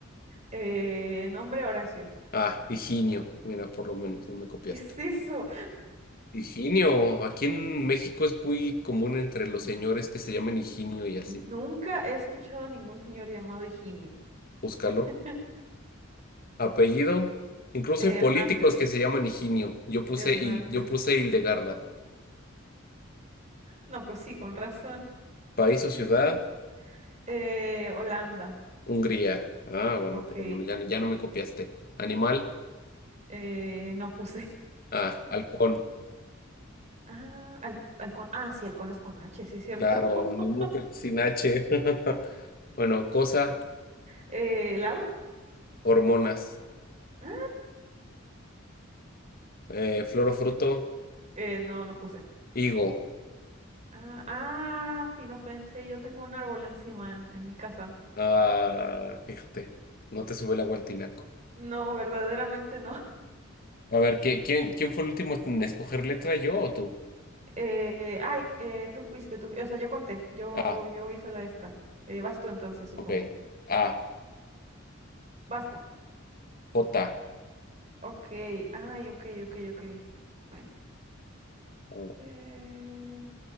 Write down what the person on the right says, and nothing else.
Eh, nombre Horacio.
¿Qué es eso?
N-
nunca he escuchado a ningún señor llamado Higinio.
<laughs>
Eh,
Hernández.
Hernández.
No, pues sí, con razón.
Eh,
eh, Holanda.
Ok.
Eh, no puse. <laughs>
Ah, al, halcón. Ah, sí, halcón es con H, sí es cierto.
<laughs>
Eh, ¿helado?
Ah,
eh, no, no puse.
Ah, ah, sí, no pensé, yo tengo un árbol encima en, en mi casa.
No, verdaderamente no. <laughs>
Eh, ay, eh, tú fuiste, tú, o sea, yo conté, yo,
yo hice la esta. Eh, vas tú entonces, supongo.
Basta.
Ok, ay, ok, ok, ok. Bueno.
Eh,